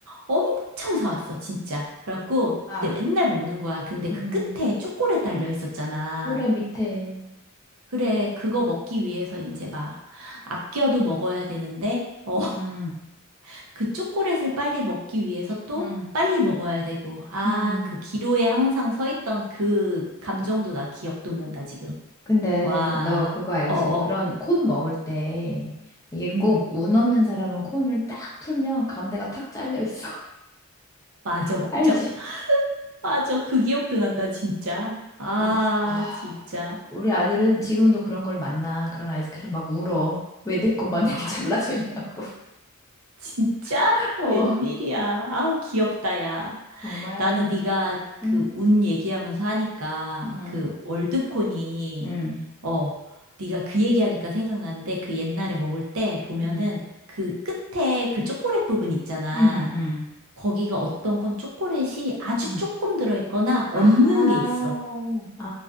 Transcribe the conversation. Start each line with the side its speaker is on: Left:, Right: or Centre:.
Right: 엄청 사왔어, 진짜. 그래갖고
Left: 아,
Right: 그때 맨날 먹는 거야. 근데 그
Left: 음,
Right: 끝에 초콜릿 달려 있었잖아.
Left: 그래 밑에
Right: 그래, 그거 먹기 위해서 이제 막 아껴도 먹어야 되는데, 어, <laughs>
Left: 음,
Right: 그 초콜릿을 빨리 먹기 위해서 또
Left: 음,
Right: 빨리 먹어야 되고, 아,
Left: 음.
Right: 그 기로에 항상 서 있던 그 감정도 나 기억 돋는다, 지금.
Left: 근데
Right: 와,
Left: 너 그거 알지?
Right: 어어,
Left: 그런 콘 먹을 때 이게
Right: 음,
Left: 꼭 운 없는 사람은 콘을 딱 풀면 가운데가 탁 잘려 있어.
Right: 맞아,
Left: <laughs>
Right: 맞아.
Left: 알지?
Right: 맞아, 그 기억도 난다, 진짜. 아,
Left: 우리, 아,
Right: 진짜.
Left: 우리 아들은 지금도 그런 걸 만나. 그런 아이스크림 막 울어. 왜 내 것만 이렇게
Right: 아,
Left: 잘라져 있냐고.
Right: 진짜?
Left: <laughs>
Right: 웬일이야.
Left: 어,
Right: 아우, 귀엽다, 야.
Left: 정말.
Right: 나는 네가 그
Left: 응,
Right: 운 얘기하면서 하니까
Left: 응,
Right: 그 월드콘이,
Left: 응,
Right: 어, 네가 그 얘기하니까 생각나는데 그 옛날에 먹을 때 보면은
Left: 응,
Right: 그 끝에 그 초콜릿 부분 있잖아.
Left: 응, 응.
Right: 거기가 어떤 건 초콜릿이 아주
Left: 응.
Right: 조금 들어있거나
Left: 아,
Right: 없는 게 있어.
Left: 아.